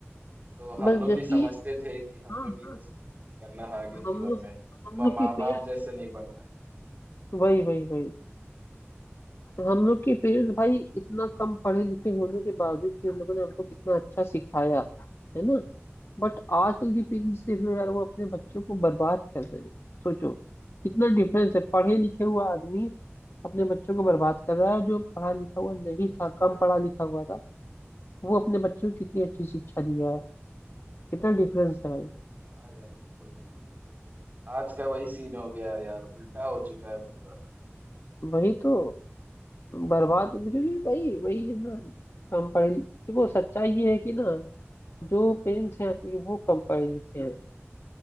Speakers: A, on the right; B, on the left.
A: तो हम
B: बस
A: लोग
B: जबकि
A: भी समझते थे कि हमें
B: हाँ
A: भी
B: हाँ
A: कुछ करना है आगे जीवन
B: हम लोग
A: में हम
B: हम लोग
A: माँ
B: के
A: बाप
B: पेरेंट्स
A: जैसे नहीं बनना है
B: वही वही वही हम लोग के पेरेंट्स भाई इतना कम पढ़े लिखे होने के बावजूद भी उन लोगों ने हमको कितना अच्छा सिखाया है ना बट आजकल की पेरेंट्स देख लो यार वो अपने बच्चों को बर्बाद कर रहे हैं सोचो कितना डिफरेंस है पढ़े लिखे हुआ आदमी अपने बच्चों को बर्बाद कर रहा है जो पढ़ा लिखा हुआ नहीं था कम पढ़ा लिखा हुआ था वो अपने बच्चों को कितनी अच्छी शिक्षा दिया है कितना डिफरेंस है भाई
A: हाँ यार बिल्कुल भाई आज का वही सीन हो गया है यार उल्टा हो चुका है पूरा
B: वही तो बर्बाद मुझे भी भाई वही है ना कम पढ़े देखो सच्चाई ये है कि ना जो पेरेंट्स हैं आजकल के, वो कम पढ़े लिखे हैं